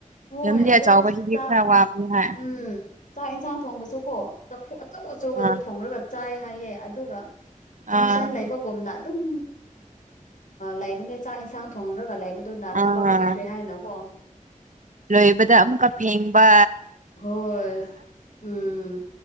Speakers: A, on the left (about 65°); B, on the right (about 65°).
A: ꯍꯣꯏ
B: ꯐꯦꯃꯤꯂꯤ
A: ꯑꯗꯣ
B: ꯑꯆꯧꯕꯁꯤꯗꯤ
A: ꯆꯥ
B: ꯈꯔ ꯋꯥꯕꯅꯤ ꯍꯣꯏ
A: ꯎꯝ ꯆꯥꯛ ꯌꯦꯟꯁꯥꯡ ꯊꯣꯡꯕꯁꯨ ꯀꯣ ꯆꯐꯨ ꯑꯆꯧ ꯑꯆꯧꯕꯗ
B: ꯑꯥ
A: ꯊꯣꯡꯔꯒ ꯆꯥꯏ ꯍꯥꯏꯌꯦ ꯑꯗꯨꯒ ꯐꯪꯁꯟ
B: ꯑꯥ
A: ꯂꯩꯕꯒꯨꯝꯅ ꯑꯗꯨꯝ ꯂꯩꯕꯅꯦ ꯆꯥꯛ ꯌꯦꯟꯁꯥꯡ ꯊꯣꯡꯔꯒ ꯂꯩꯕ ꯗꯨꯅ
B: ꯑꯥ
A: ꯊꯕꯛ ꯑꯣꯏꯈ꯭ꯔꯦ ꯍꯥꯏꯅꯀꯣ꯫
B: ꯂꯣꯏꯕꯗ ꯑꯃꯨꯛꯀ ꯐꯦꯡꯕꯥ꯫
A: ꯍꯣꯏ ꯎꯝ꯫